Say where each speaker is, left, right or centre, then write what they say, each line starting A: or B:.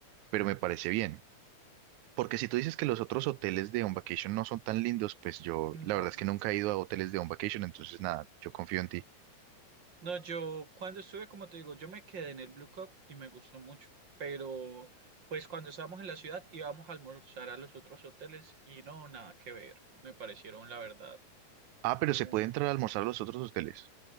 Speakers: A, on the right; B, on the right.
A: pero me parece bien. Porque si tú dices que los otros hoteles de On Vacation no son tan lindos, pues yo
B: no.
A: la verdad es que nunca he ido a hoteles de On Vacation, entonces nada, yo confío en ti.
B: No, yo cuando estuve, como te digo, yo me quedé en el Blue Cup y me gustó mucho, pero pues cuando estábamos en la ciudad íbamos a almorzar a los otros hoteles y no, nada que ver, me parecieron la verdad
A: Ah, pero
B: como,
A: se puede entrar a almorzar a los otros hoteles.